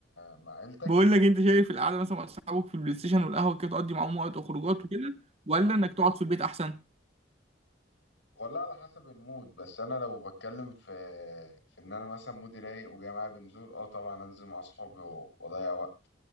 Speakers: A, on the left (about 80°); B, on the right (about 30°).
A: مع عيلتك
B: بقول لك انت شايف القعده مثلا مع اصحابك في البلاي ستيشن والقهوه كده تقضي معاهم وقت وخروجات وكده ولا انك تقعد في البيت احسن
A: والله على حسب المود بس انا لو بتكلم في في ان انا مثلا مودي رايق وجاي معايا بنزول اه طبعا انزل مع اصحابي و- واضيع وقت